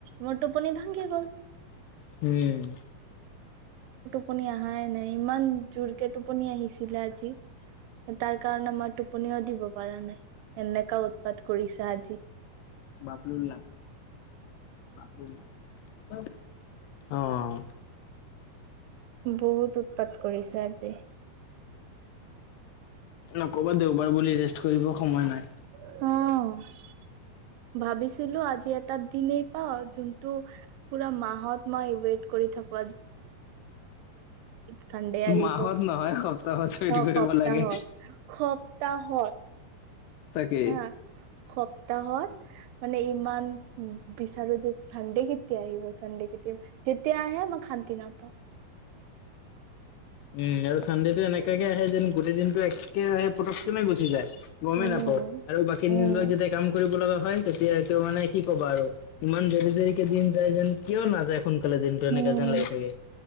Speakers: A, on the right; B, on the left.
A: মোৰ টোপনি ভাঙ্গি গল
B: হম।
A: আপুনি আহা এ নে ইমান জোৰকে টোপনি আহিছিলে আজি তাৰ কাৰণে মই টোপনিও দিব পৰা নাই এনেকা উৎপাত কৰিছে আজি
B: বাপলু লা <unintelligible> অঁ
A: বহুত উৎপাত কৰিছে আজি
B: ন ক'বাত দেও বাৰ বুলি জাষ্ট থৈ আহিব সময় নাই
A: অ ভাবিছিলো আজি এটা দিনেই পাও যোনটো পুৰা মাহত মই ৱেইট কৰি থাকো চানডে আহিব
B: মাহত নহয় সপ্তাহত চুইত
A: হওক
B: কৰিব
A: সপ্তাহত
B: লাগে।
A: সপ্তাহত
B: তাকেই
A: হা সপ্তাহত মানে ইমান বিচাৰো চানডে কেতিয়া আহিব চানডে কেতিয়া যেতিয়া আহে মই খান্তি নাপাওঁ।
B: উম আৰু চানডেটো এনেকুৱাকে আহে যেন গোটেই দিনটো একেৰাহে পতককনে গুচি যায়। গমেই
A: উম
B: নাপাও আৰু বাকী
A: উম
B: দিনবোৰত যেতিয়া কাম কৰিব লগা হয় তেতিয়াটো মানে কি ক'ব আৰু ইমান দে কেইদিন যায় যেন কিয় নাযায়? সোনকালে দিনতটো এনেকা
A: উম
B: যেন লাগি থাকে